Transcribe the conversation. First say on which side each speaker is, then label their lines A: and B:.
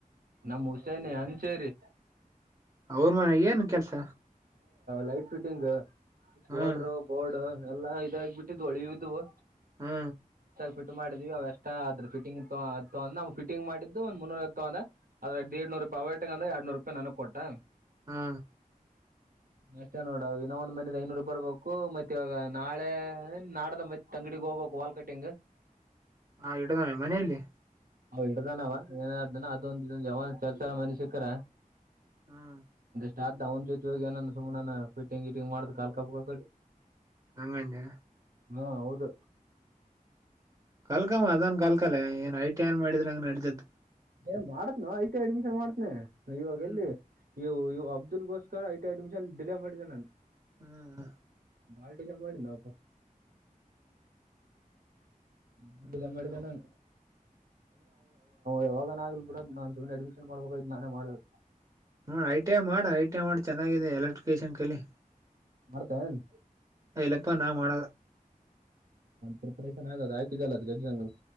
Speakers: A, on the right; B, on the right.
A: ನಮ್ಮ ಹುಸೇನ ಅಂಚೇರಿ
B: ಅವ್ರ ಮನೆ ಏನ್ ಕೆಲ್ಸ
A: ಲೈಟ್ ಫಿಟ್ಟಿಂಗ್
B: ಹ್ಮ್
A: ವಓಡರು ಬೋರ್ಡ್ ಎಲ್ಲಾ ಇದಾಗ ಬಿಟ್ಟಿದವು ಹಳಿವಿದವು
B: ಹಾ
A: ಫಿಟ್ ಮಾಡಿದ್ವಿ ಅವ ಎಷ್ಟ ಅ್ರ ಫಿಂಗ್ಂದ್ರ ನಾ ಫಿಂಗ್ ಮಾಡಿದ್ದು ಒಂದ ಮುನ್ನೂರತ್ತುಂದ್ರ ಅ್ರಡ್ನೂ ನಾವಯಟಗ ಅ್ರ ಎರಡುನೂ ರೂಪಾಯಿ ನನು ಕೊಟ್ಟೆ
B: ಹಾ
A: ಅಷ್ಟೇ ನೋಡ ಇನ್ನ ಒಂದ್ ಮನದ ಐನೂರು ಬರ್ಬೇಕು ಮತ್ತತ್ ಇವಾಗ ನಾಳೆ ನಾಡದ ಮತ್ತೆ ತಂಗಡಿಗೆ ಹೋಗಬ ವಾ ಕಟ್ಟಿ್
B: ಹ ಇಡ ನೆ ಮನೆಯಲ್ಲೇ
A: ಅವ್ ಹಿಡ್ದಾನ ಅವ ಏನೇನಾದ ಅದೊಂದ ಇದ ಯಾವ ಕೆಲಸಲ ಮನೆ ಸಿಕ್ಕರ
B: ಹಾ
A: ಸ ಅವ್ ಜೊತೆ ಹೋಗ ಏನಾನ ಸುಮ ನಾನ ಫಿಂಗ್ ಇಟ್ಟಿಂಗ್ ಮಾಡ್ದ್ ಕಾ ಕಾಪ ಕಡಿ
B: ಹಂಗಂದ
A: ಹ್ಮ ಹೌದು
B: ಕಲ್ಕಮ್ಮ ಅದನ್ ಕಲ್ಕಲ್ಲೇ ಏನ್ ಐ ಟಿ ಏನ್ ಮಾಡಿದ್ರೆ ಹಂಗ ನಡತದ್
A: ಏ ಮಾಡತ್ನ ಐ ಟಿಐ ಅಡ್ಮಿಷನ್ ಮಾಡ್ತ್ನೆ ಇವಾಗ
B: ಹ್ಮ್
A: ಎಲ್ಲಿ ನೀ ಅಬ್ದುಲ್ ಗೋಸ್ಕರ ಐ ಎಡ್ಮಮಶನ್ಲ್ಲೇ ಪಡ್ದೆ ನಂತ
B: ಹ್ಮ್
A: ಬಾಲ್ಟಿನ ಮಾಡಡ ನ ಅಪ್ಪ ನಿ
B: ಹ್ಮ್
A: ಬಿಲಂಗಡಿಿದ್ದ
B: ನೋಡ್
A: ನಾನ ಯಾವಾಗನ ಆಗ್ಲಿ ಬಿಡ ನಾನ್ ಸುಮ್ಮ್ನೆ ಅಡ್ಮಿಷನ್ ಮಾಡ್ಬೇಕಯ್ತು ನಾನೇ ಮಾಡ
B: ನೋಡ ಐ ಟಿ ಐ ಮಾಡ ಐ ಟಿ ಐ ಮಾಡಿ ಚೆನ್ನಾಗಿದೆ ಎಲೆಕ್ಟ್ರಿಕೇಶನ್ ಕಲಿ
A: ಮಾಡ್ತೇನ್
B: ಅಯಲ್ಲಪ್ಪ ನಾ ಮಾಡ
A: ಪ್ರಿಪರೇಷನ್ ಆಗೋ ಹ ಆಾಕಿದ ಜಲ್ಲ ಅದು ಎಕ್ಸಾಮ್